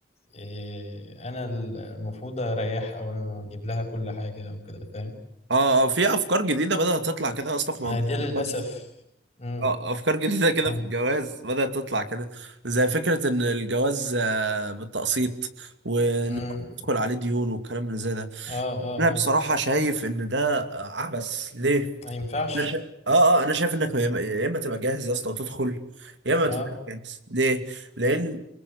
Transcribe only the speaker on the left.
إيه، انا المفروض اريح او انا اجيب لها كل حاجه او كده فاهم
ما
هي دي للاسف
امم
امم
امم
اه اه
اه
ما ينفعش
اه